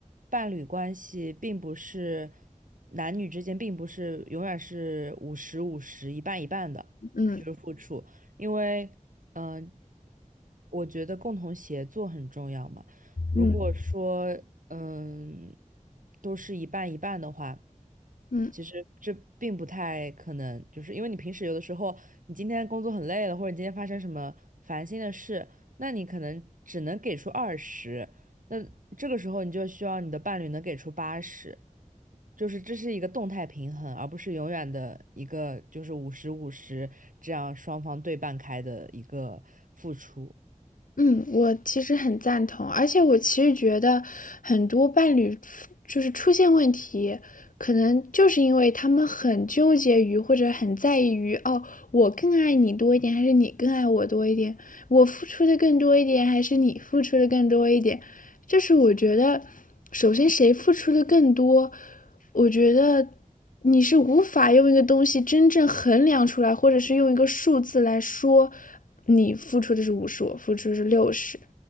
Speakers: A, on the right; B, on the left.
A: 伴侣关系并不是男女之间并不是永远是五十五十一半一半的，
B: 嗯
A: 就是付出，因为嗯、我觉得共同协作很重要嘛。如果说嗯、
B: 嗯
A: 都是一半一半的话。
B: 嗯。
A: 其实这并不太可能，就是因为你平时有的时候，你今天工作很累了，或者你今天发生什么烦心的事，那你可能只能给出二十，那这个时候你就需要你的伴侣能给出八十，就是这是一个动态平衡，而不是永远的一个就是五十五十这样双方对半开的一个付出。
B: 嗯，我其实很赞同，而且我其实觉得很多伴侣出就是出现问题，可能就是因为他们很纠结于或者很在意于，哦，我更爱你多一点，还是你更爱我多一点？我付出的更多一点，还是你付出的更多一点？就是我觉得，首先谁付出的更多，我觉得你是无法用一个东西真正衡量出来，或者是用一个数字来说，你付出的是五十，我付出的是六十。